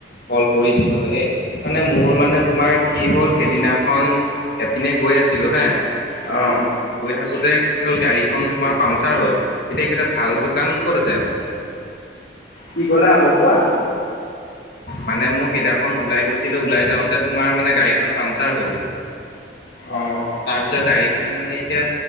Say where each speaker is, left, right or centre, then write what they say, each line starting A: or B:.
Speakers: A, on the left; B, on the left.
A: কল কৰিছিলো এই মানে মোৰ মানে তোমাৰ কি হ'ল সেইদিনাখন এপিনে গ কৈ আছিলোঁ হে
B: অ',
A: গৈ থাকোতে কি হ'ল গাড়ীখন তোমাৰ পামচাৰ হল এতিয়া একোটা ভাল দোকান ক'ত আছে?
B: কি ক'লে আকৌ কোৱা
A: মানে মোৰ কেইদিনাখন ওলাই গৈছিলো ওলাই যাওঁতে তোমাৰ মানে গাড়ীখন পামচাৰ হ'ল
B: অ',
A: তাৰ পিছত গাড়ীখন মানে এতিয়া